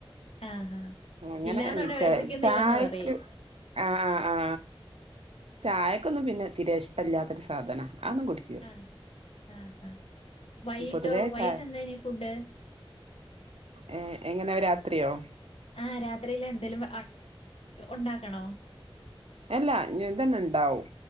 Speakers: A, on the left; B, on the right.
A: ആ ആ
B: അങ്ങനെ
A: ഇല്ലാന്നൊടെ
B: ച
A: വിശക്കുന്നില്ലന്ന്
B: ചായക്ക്.
A: പറയും
B: ആ ആ ആ. ചായക്കൊന്നും പിന്നെ തിരേ ഇഷ്ടല്ലാത്തൊരു സാധന. ആ ഒന്നും കുടിക്ക
A: ആ, ആ. ആ. വൈകിട്ടോ
B: പൊതുവേ
A: വൈകിട്ട്
B: ചായ
A: എന്താ ഇഞ്ഞ് ഫുഡ്.
B: ഏ. എങ്ങനാവു രാത്രിയോ
A: ആ രാത്രിയില് എന്തേലും ഉണ്ടാക്കണോ.
B: അല്ല. ഇഞ് ഇതന്നെ ഇണ്ടാവും.